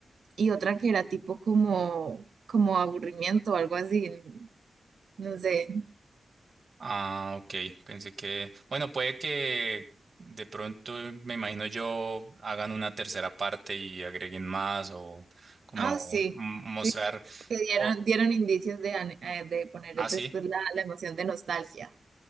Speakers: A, on the right; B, on the right.
A: y otra que era tipo como, como aburrimiento o algo así. No sé.
B: Ah, ok. Pensé que, bueno, puede que de pronto, me imagino yo, hagan una tercera parte y agreguen más o como
A: Ah, sí,
B: m- mostrar.
A: que dieron,
B: O,
A: dieron indicios de, an- eh, de poner
B: ah, sí.
A: después la, la emoción de nostalgia.